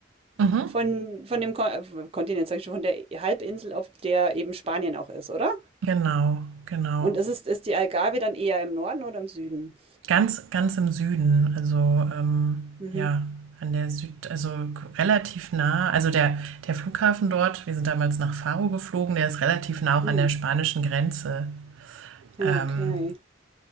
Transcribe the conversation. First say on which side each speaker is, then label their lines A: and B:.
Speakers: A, on the right; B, on the right.
A: Mhm.
B: Von, von dem Ko äh, Kontinent, sag ich schon, von der Halbinsel, auf der eben Spanien auch ist, oder?
A: Genau, genau.
B: Und ist, es, ist die Algarve dann eher im Norden oder im Süden?
A: Ganz, ganz im Süden, also ähm,
B: Mhm.
A: ja, an der Süd, also k- relativ nah. Also der, der Flughafen dort, wir sind damals nach Faro geflogen, der ist relativ nah auch
B: Hm.
A: an der spanischen Grenze.
B: Ja,
A: Ähm,
B: okay.